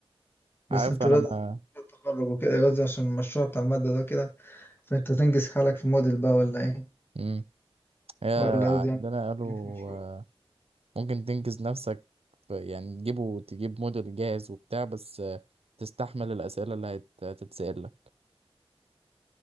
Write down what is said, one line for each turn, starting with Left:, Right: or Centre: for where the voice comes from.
Left: بس
Right: عارف
Left: انت
Right: انا
Left: بدأت
Right: ما
Left: التخرج وكده قصدي عشان المشروع بتاع المادة ده كده فانت تنجز حالك في موديل بقى ولا ايه
Right: امم هي
Left: ولا
Right: عندنا
Left: قصدي يعني
Right: قالوا
Left: ليك في مشروع
Right: آه. ممكن تنجز نفسك في- يعني تجيبه تجيب موديل جاهز وبتاع بس آه. تستحمل الأسئلة اللي هت- هتتسأل لك